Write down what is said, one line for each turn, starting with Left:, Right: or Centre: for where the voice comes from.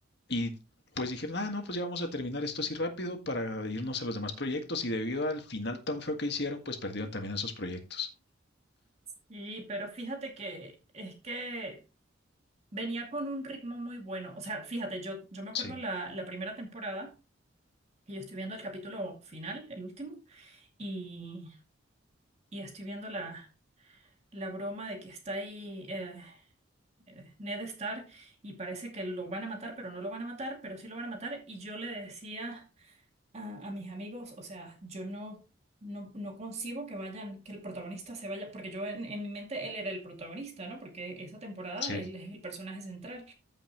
Left: y pues dijeron, ah, no, pues ya vamos a terminar esto así rápido para irnos a los demás proyectos. Y debido al final tan feo que hicieron, pues perdieron también esos proyectos.
Right: Y, pero fíjate que es que venía con un ritmo muy bueno. O sea, fíjate, yo, yo me acuerdo
Left: Sí,
Right: la, la primera temporada, que yo estoy viendo el capítulo final, el último. Y y estoy viendo la, la broma de que está ahí eh, eh, Ned Stark y parece que lo van a matar, pero no lo van a matar, pero sí lo van a matar. Y yo le decía a, a mis amigos, o sea, yo no, no, no concibo que vayan, que el protagonista se vaya, porque yo en, en mi mente él era el protagonista, ¿no? Porque esa temporada
Left: sí,
Right: él es el personaje central.